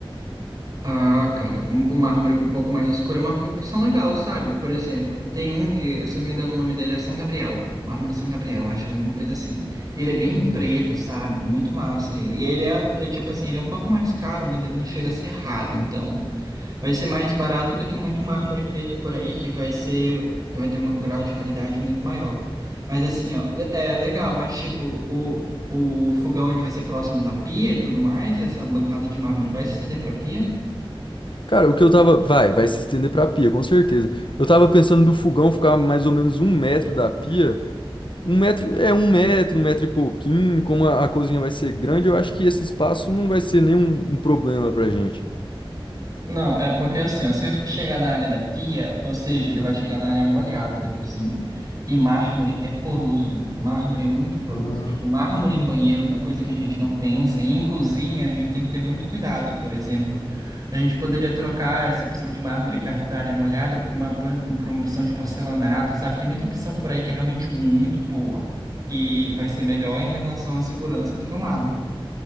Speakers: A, on the right; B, on the left.
A: Ah, cara, um, um mármore um pouco mais escuro é uma opção legal, sabe? Por exemplo, tem um que, se eu não me engano, o nome dele é São Gabriel. Mármore São Gabriel, acho que é alguma coisa assim. Ele é bem
B: Hum.
A: preto, sabe? Muito massa ele. E ele é, é tipo assim, ele é um pouco mais caro, mas ele não chega a ser raro, então. Vai ser mais barato do que muito mármore preto por aí, que vai ser, vai ter um grau de raridade muito maior. Mas assim, ó, le- é legal, mas tipo, o, o fogão ele vai ser próximo da pia e tudo mais, essa bancada de mármore vai se estender para pia?
B: Cara, o que eu tava. Vai, vai se estender pra pia, com certeza. Eu tava pensando do fogão ficar mais ou menos um metro da pia. Um metro, é um metro, um metro e pouquinho. Como a, a cozinha vai ser grande, eu acho que esse espaço não vai ser nenhum um problema pra gente.
A: Não, é porque assim, ó, se chegar na área da pia, ou seja, ele vai chegar na área molhada da cozinha. E mármore é poroso. Mármore é muito poroso.
B: Ah,
A: O mármore em banheiro é coisa que a gente não pensa. E em cozinha, a gente tem que ter muito cuidado, por exemplo. A gente poderia trocar essa opção de mármore perto da área molhada por uma, por por uma opção de porcelanato, sabe? Tem muita opção por aí que é realmente muito boa. E vai ser melhor em relação à segurança do que o mármore.